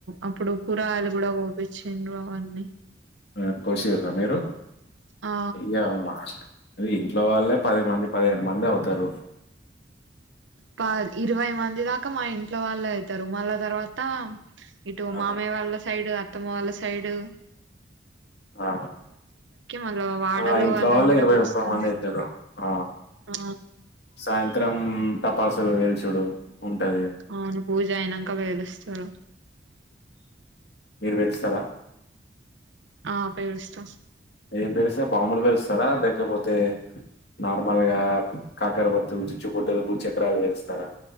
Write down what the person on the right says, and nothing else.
అప్పుడు కూరగాయలు కూడా పోపించిండ్రు అన్నీ
ఆ
ప ఇరవై మంది దాకా మా ఇంట్లో వాళ్ళు అయితారు మళ్ళా తర్వాత ఇటు
మామయ్య వాళ్ళ సైడు అత్తమ్మ వాళ్ళ సైడు
మళ్ళ వాడలో
వాళ్ళని
కూడా
పిలుస్తుండే
ఆ
అవును పూజ అయినాంక పెలుస్తారు
ఆ పేలుస్తాం